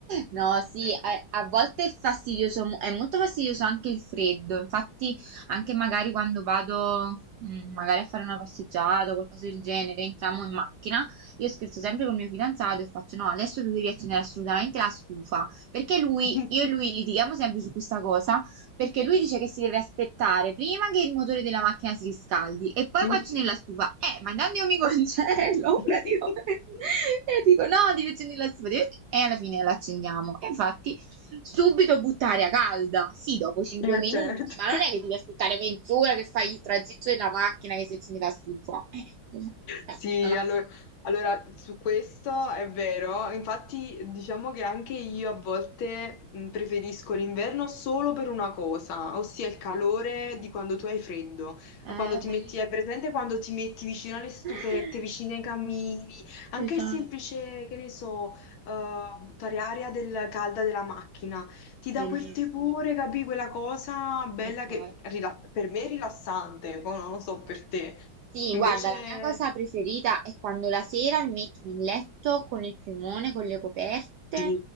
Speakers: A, on the right; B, on the left.
A: No, sì, a, a volte è fastidioso, mo- è molto fastidioso anche il freddo. Infatti, anche magari quando vado, mm, magari a fare una passeggiata o qualcosa del genere, entriamo in macchina, io scherzo sempre col mio fidanzato e faccio: No, adesso tu devi accendere assolutamente la stufa. Perché lui,
B: <laughs>
A: io e lui litighiamo sempre su questa cosa. Perché lui dice che si deve aspettare prima che il motore della macchina si riscaldi e poi
B: Sì.
A: cuoci nella stufa. Eh, ma intanto io mi congelo
B: <laughs>
A: praticamente. <laughs> E dico no, devi accendere la stufa. devi- E alla fine la accendiamo. E infatti, subito buttare a calda. Sì, dopo 5
B: Eh,
A: minuti,
B: certo.
A: ma non è che devi aspettare mezz'ora che fai il tragitto della macchina che si accende la stufa. Eh, cioè,
B: Sì,
A: non ha
B: allora,
A: senso.
B: allora, su questo è vero, infatti diciamo che anche io a volte mh, preferisco l'inverno solo per una cosa, ossia il
A: Mhm.
B: calore di quando tu hai freddo,
A: Eh,
B: quando ti
A: bellissimo.
B: metti, hai presente quando ti metti vicino alle stufette,
A: <laughs>
B: vicino ai camini, anche
A: Esatto,
B: il semplice, che ne so, eh, buttare aria del, calda della macchina, ti dà
A: bellissimo.
B: quel tepore, capì, quella cosa bella
A: Esatto.
B: che rila- per me è rilassante, poi non lo so
A: Esatto.
B: per te.
A: Sì,
B: Invece...
A: guarda, la mia cosa preferita è quando la sera mi metto nel letto con il piumone, con le coperte,
B: Sì,